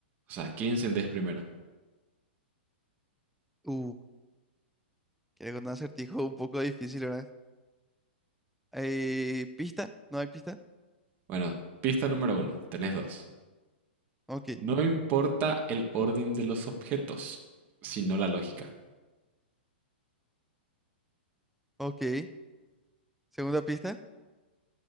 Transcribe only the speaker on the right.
O sea, ¿qué encendés primero?
Bueno, pista número uno, tenés dos.
No importa el orden de los objetos, sino la lógica.